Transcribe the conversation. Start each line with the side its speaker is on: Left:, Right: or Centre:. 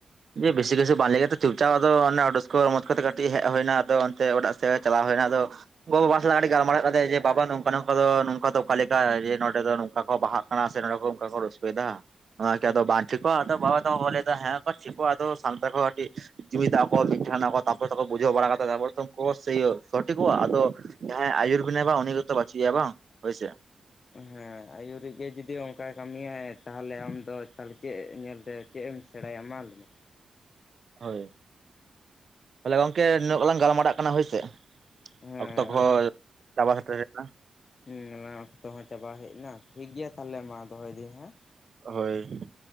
Right: ᱡᱮ ᱵᱮᱥᱤ ᱵᱮᱥᱤ ᱵᱟᱝ ᱞᱮᱭ ᱠᱟᱛᱮ ᱪᱩᱯᱪᱟᱯ ᱟᱫᱚ ᱚᱱᱮ ᱚᱰᱥᱠᱟᱹ ᱨᱚᱢᱚᱡᱽ ᱠᱚᱛᱮ ᱠᱟᱹᱴᱤᱡ ᱦᱮᱡ ᱦᱳᱭᱮᱱᱟ ᱟᱫᱚ ᱚᱱᱛᱮ ᱚᱰᱟᱜ ᱥᱮᱫ ᱜᱮ ᱪᱟᱞᱟᱣ ᱦᱩᱭᱱᱟ ᱟᱫᱚ ᱜᱚ ᱵᱟᱵᱟ ᱥᱟᱞᱟᱜ ᱠᱟ. ᱴᱤᱡ ᱜᱟᱞᱢᱟᱨᱟᱣ ᱦᱩᱭᱩᱜᱠᱟᱱ ᱛᱟᱸᱦᱮᱱᱟ ᱡᱮ ᱯᱟᱯᱟ ᱱᱚᱝᱠᱟ ᱱᱚᱝᱠᱟ ᱫᱚ ᱱᱚᱝᱠᱟ ᱫᱚ ᱚᱠᱟ ᱞᱮᱠᱟᱮ ᱡᱮ ᱱᱚ ᱱᱚᱸᱰᱮ ᱫᱚ ᱱᱚᱝᱠᱟ ᱠᱚ ᱵᱟᱦᱟᱜ ᱠᱟᱱᱟ ᱥᱮ ᱱᱚᱸᱰᱮ ᱠᱚ ᱚᱱᱠᱟ ᱠᱚ ᱨᱟᱹᱥᱠᱟᱹᱭᱮᱫᱟ᱾ ᱱᱚᱣᱟ ᱠᱤ ᱟᱫᱚ ᱵᱟᱝ ᱴᱷᱤᱠᱚᱜᱼᱟ? ᱟᱫᱚ ᱵᱟᱵᱟ ᱛᱟᱠᱚ ᱞᱮᱭᱫᱟ ᱦᱮᱸ ᱴᱷᱤᱠᱚᱜ ᱟᱫᱚ ᱥᱟᱱᱛᱟᱲ ᱠᱚ ᱠᱟᱹᱴᱤᱡ ᱡᱩᱢᱤᱫᱟ ᱠᱚ ᱢᱤᱫᱴᱷᱮᱱᱚᱜᱼᱟ ᱠᱚ ᱛᱟᱯᱚᱨ ᱛᱚᱠᱚ ᱵᱩᱡᱷᱟᱹᱣ ᱵᱟᱲᱟ ᱠᱟᱛᱮ ᱛᱟᱯᱚᱨ ᱛᱚ ᱩᱱᱠᱩ ᱠᱚ ᱥᱚᱴᱷᱤᱠᱚᱜᱼᱟ ᱟᱫᱚ ᱡᱟᱦᱟᱸᱨ ᱟᱹᱭᱩᱨ ᱵᱤᱱᱟᱭ ᱵᱟ ᱩᱱᱤ ᱜᱮᱛᱚ ᱵᱟᱪᱩᱭᱮᱭᱟ ᱵᱟᱝ ᱦᱳᱭᱥᱮ?
Left: ᱦᱮᱸ ᱟᱹᱭᱩᱨᱤᱡ ᱜᱮ ᱡᱩᱫᱤ ᱚᱱᱠᱟᱭ ᱠᱟᱹᱢᱤᱭᱟᱭ ᱛᱟᱦᱟᱞᱮ ᱟᱢ ᱫᱚ ᱛᱟᱦᱚᱞᱮ ᱪᱮᱫ ᱧᱮᱞᱛᱮ ᱪᱮᱫ ᱮᱢ ᱥᱮᱬᱟᱭᱟ ᱢᱟ ᱞᱮᱭ ᱢᱮ?
Right: ᱦᱳᱭ, ᱛᱟᱦᱟᱞᱮ ᱜᱚᱝᱠᱮ ᱱᱤᱱᱟᱹᱜ ᱜᱮᱞᱟᱝ ᱜᱟᱞᱢᱟᱨᱟᱜ ᱠᱟᱱᱟ ᱦᱳᱭ ᱥᱮ?
Left: ᱦᱮᱸ
Right: ᱚᱠᱛᱚ ᱠᱚᱦᱚᱸ ᱪᱟᱵᱟ ᱥᱮᱴᱮᱨ ᱦᱮᱜᱱᱟ
Left: ᱦᱮᱸ ᱚᱱᱟ ᱚᱠᱛᱚ ᱦᱚᱸ ᱪᱟᱵᱟ ᱦᱮᱡ ᱮᱱᱟ ᱴᱷᱤᱠ ᱜᱮᱭᱟ ᱛᱟᱦᱟᱞᱮ ᱢᱟ ᱫᱚᱦᱚᱭᱮᱫᱟᱹᱧ ᱦᱮᱸ
Right: ᱦᱳᱭ᱾